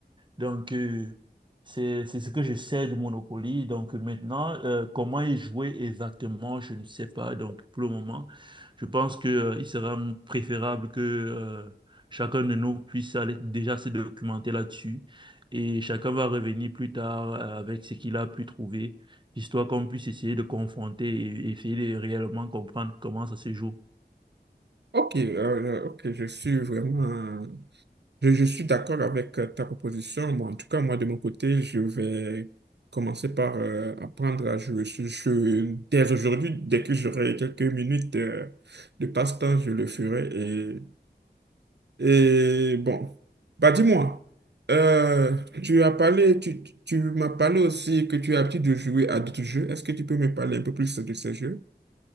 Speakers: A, on the right; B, on the right.
A: Donc, euh, c'est, c'est ce que je sais du Monopoly. Donc, maintenant, euh, comment y jouer exactement, je ne sais pas. Donc, pour le moment, je pense que, euh, il sera préférable que, euh, chacun de nous puisse aller déjà se documenter là-dessus. Et chacun va revenir plus tard euh, avec ce qu'il a pu trouver, histoire qu'on puisse essayer de confronter et et essayer de réellement comprendre comment ça se joue.
B: Ok, euh, ok, je suis vraiment, je, je suis d'accord avec euh, ta proposition. Moi, en tout cas, moi, de mon côté, je vais commencer par euh, apprendre à jouer ce jeu dès aujourd'hui. Dès que j'aurai quelques minutes euh, de passe-temps, je le ferai et bon, bah dis-moi, euh, tu as parlé, tu, tu m'as parlé aussi que tu as l'habitude de jouer à d'autres jeux. Est-ce que tu peux me parler un peu plus de ces jeux?